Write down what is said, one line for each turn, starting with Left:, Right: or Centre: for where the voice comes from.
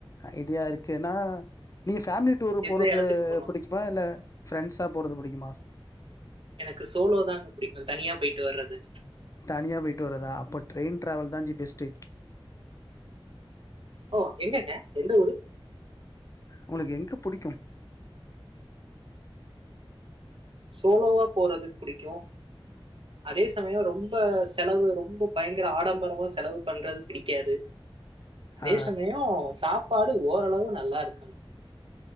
Left: ஐடியா இருக்கு எனா நீங்க ஃபேம்லி டூரு
Right: எந்த
Left: போறது
Right: எடத்துக்கு போனு
Left: புடிக்குமா இல்ல ஃப்ரெண்ட்ஸா போறது புடிக்குமா
Right: எனக்கு சோலோ தாங்க புடிக்கு தனியா பொய்ட்டு வர்றது
Left: தனியா பொய்ட்டு வர்றதா அப்ப ட்ரெயின் ட்ரேவல்தா ஜி பெஸ்ட்டு
Right: ஓ எங்கங்க எந்த ஊரு
Left: உங்ளுக்கு எங்க புடிக்கு
Right: சோலோவா போறதுக் புடிக்கு அதே சமயொ ரொம்ப செலவு ரொம்ப பயங்குர ஆடம்பரமா செலவு பண்றது பிடிக்காது அதே
Left: ஆ
Right: சமயயொ சாப் பாடு ஓரளவு நல்லா இருக்கண்